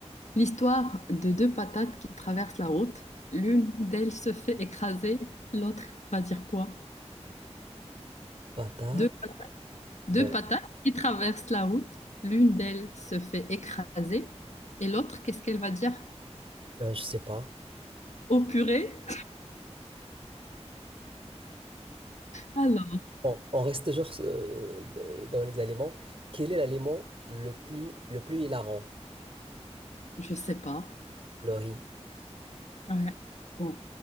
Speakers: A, on the left; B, on the right.
A: L'histoire de deux patates qui traversent la route. L'une d'elles se fait écraser, l'autre va dire quoi?
B: <laughs> patate,
A: Deux, deux
B: de-
A: patates qui traversent la route. L'une d'elles se fait écraser et l'autre, qu'est-ce qu'elle va dire?
B: euh, je sais pas.
A: Au purée? Alors,
B: Bon, on reste toujours euh, dans les aliments. Quel est l'aliment le plus, le plus hilarant?
A: je sais pas.
B: Le riz.
A: Ouais. Bon.